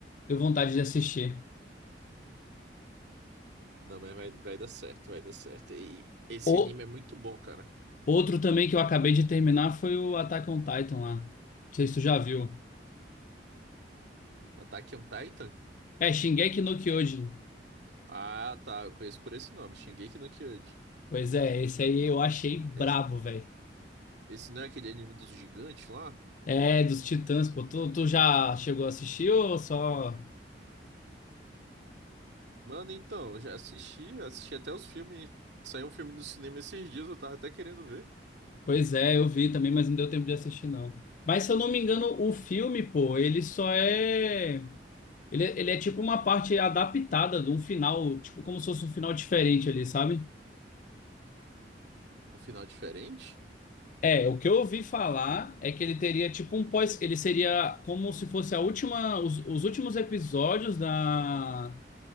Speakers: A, on the left; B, on the right.
A: deu vontade de assistir.
B: Não, mas vai, vai dar certo, vai dar certo. E esse
A: Ou
B: anime é muito bom, cara.
A: Outro também que eu acabei de terminar foi o Attack on Titan lá. Não sei se tu já viu.
B: Attack on Titan?
A: É, Shingeki no Kyojin.
B: Ah, tá. Eu conheço por esse nome, Shingeki no Kyojin.
A: Pois é, esse aí eu achei brabo,
B: Esse,
A: velho.
B: esse não é aquele anime dos gigantes lá?
A: É, dos Titãs, pô. Tu, tu já chegou a assistir ou só...
B: Mano, então, eu já assisti, assisti até os filmes. Saiu um filme no cinema esses dias, eu tava até querendo ver.
A: Pois é, eu vi também, mas não deu tempo de assistir, não. Mas se eu não me engano, o filme, pô, ele só é... Ele, ele é tipo uma parte adaptada de um final, tipo como se fosse um final diferente ali, sabe?
B: Um final diferente?
A: É, o que eu ouvi falar é que ele teria tipo um pós, ele seria como se fosse a última, os, os últimos episódios da